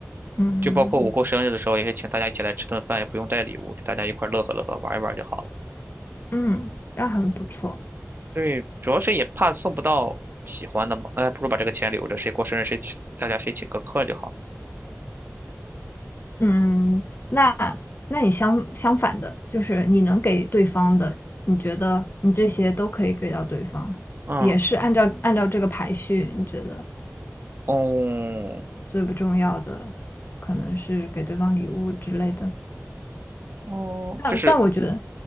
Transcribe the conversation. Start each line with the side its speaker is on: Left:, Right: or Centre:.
Left: 嗯。
Right: 就包括我过生日的时候，也是请大家一起来吃顿饭，也不用带礼物，就大家一块儿乐呵乐呵，玩一玩就好了。
Left: 嗯，
Right: 嗯，
Left: 那很不错。
Right: 对，主要是也怕送不到喜欢的嘛，那还不如把这个钱留着，谁过生日谁请，大家谁请个客就好了
Left: 嗯，那那你相相反的，就是你能给对方的，你觉得你这些都可以给到对方，
Right: 嗯，
Left: 也是按照按照这个排序，你觉得
Right: 哦，
Left: 最不重要的可能是给对方礼物之类的。
Right: 哦，
Left: 但但我觉得，
Right: 就是，